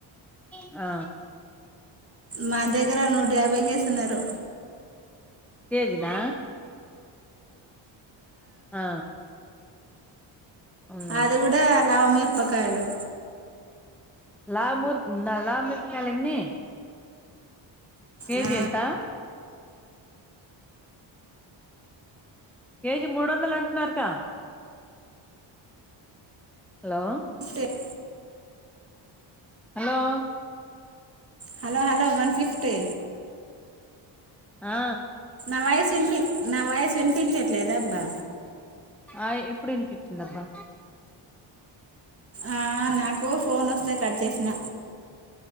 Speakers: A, in the centre; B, on the right.
A: ఆ
B: మా దగ్గర నూట యాభైకె ఇస్తున్నారు
A: కేజినా ఆ అవునా
B: అది గూడా లావ్ మిరపకాయలు
A: లా ముర్పు లా మిరపకాయలేన్ని కేజీ
B: ఆ,
A: ఎంత కేజీ మూడు వందలు అంటున్నారు గా హలో
B: అట్టే <inaudible>
A: hello
B: hello hello one fifty
A: ఆ
B: నా వయసు వినిపి నా వాయస్ వినిపించట్లేదా అబ్బా
A: ఆయ్ ఇప్పుడు వినిపించిందబ్బా
B: ఆ నాకు ఫోన్ వస్తే కట్ చేసిన